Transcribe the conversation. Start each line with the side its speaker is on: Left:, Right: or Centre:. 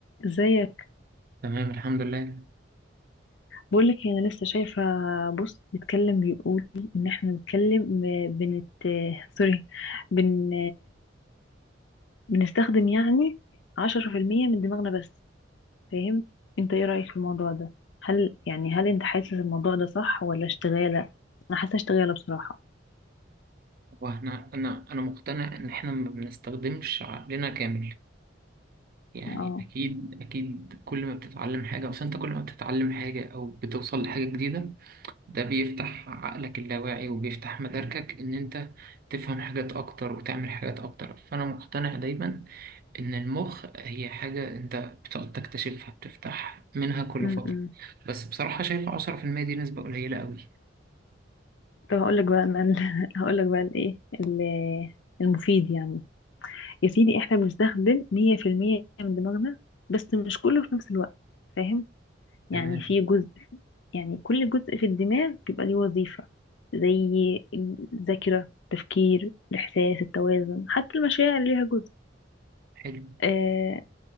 Left: ازيك
Right: تمام الحمد لله
Left: بقول لك انا لسه شايفه بوست بيتكلم بيقول ان احنا بنتكلم بنت سوري بن بنستخدم يعني عشرة في المية من دماغنا بس فاهم انت ايه رأيك في الموضوع ده هل يعني هل انت حاسس الموضوع ده صح ولا اشتغالة انا حاسه اشتغالة بصراحة
Right: واحنا انا انا مقتنع ان احنا ما بنستخدمش عقلنا كامل يعني
Left: اه
Right: اكيد اكيد كل ما بتتعلم حاجه اصل انت كل ما بتتعلم حاجه او بتوصل لحاجه جديده ده بيفتح عقلك اللاواعي وبيفتح مداركك ان انت تفهم حاجات اكتر وتعمل حاجات اكتر فانا مقتنع دايما ان المخ هي حاجه انت بتقعد تكتشفها بتفتح منها كل
Left: امم
Right: فتره بس بصراحه شايف 10% دي نسبه قليله قوي
Left: طب هقول لك بقى انا <laughs> هقول لك بقى الايه ال- المفيد يعني يا سيدي احنا بنستخدم 100% من دماغنا بس مش كله في نفس الوقت فاهم يعني
Right: تمام
Left: في جزء يعني كل جزء في الدماغ بيبقى ليه وظيفة زي الذاكرة التفكير الإحساس التوازن حتى المشاعر ليها جزء
Right: حلو
Left: آه